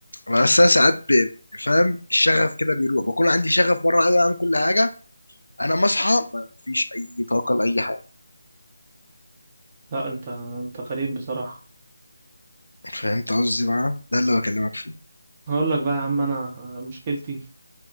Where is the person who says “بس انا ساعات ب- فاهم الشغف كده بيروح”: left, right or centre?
Left